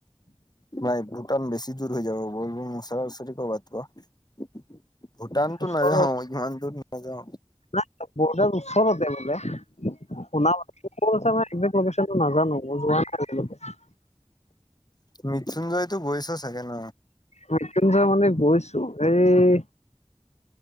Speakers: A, on the left (about 40°); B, on the left (about 85°).
A: নাই ভুটান বেছি দূৰ হৈ যাব, ভলেবম ওচৰা-ওচৰি ক'ৰবাত ক'। ভূটানতো
B: ওচৰত
A: নাযাওঁ, ইমান দূৰ নাযাওঁ।
B: নাই বৰ্ডাৰ ওচৰতে মানে, শুনা পাইছোঁ। ক'ত আছে মই একজেক লোকেচনটো নাজানোঁ যোৱা নাই আজিলৈকে।
A: মৃত্যুঞ্জয়তো বৈছো চাকে ন।
B: মতুনজ মানে গৈছো এই